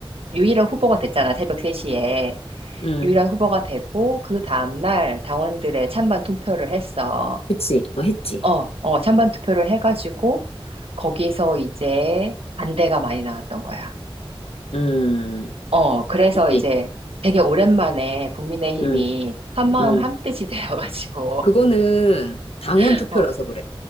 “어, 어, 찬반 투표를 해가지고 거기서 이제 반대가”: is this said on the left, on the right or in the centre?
Right